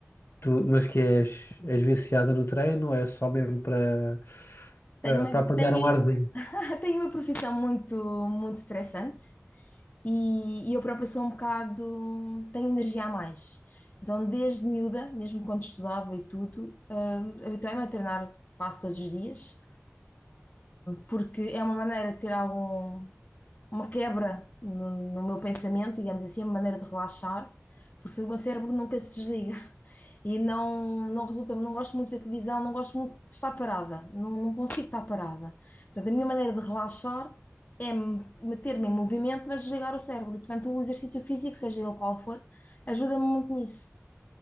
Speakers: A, on the left; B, on the left.
A: Tu, mas que és, és viciada no treino, ou é só mesmo para
B: Tenho
A: para
B: uma,
A: para apanhar
B: tenho,
A: um arzinho.
B: <laughs> tenho uma profissão muito, muito estressante, E, e eu própria sou um bocado, tenho energia a mais. Então, desde miúda, mesmo quando estudava e tudo, hum, habituei-me a treinar quase todos os dias, porque é uma maneira de ter algum, uma quebra no, no meu pensamento, digamos assim, uma maneira de relaxar, porque o meu cérebro nunca se desliga e não, não resulta, não gosto muito de ver televisão, não gosto muito de estar parada, não, não consigo estar parada. Portanto, a minha maneira de relaxar é me- meter-me em movimento, mas desligar o cérebro. E, portanto, o exercício físico, seja ele qual for, ajuda-me muito nisso.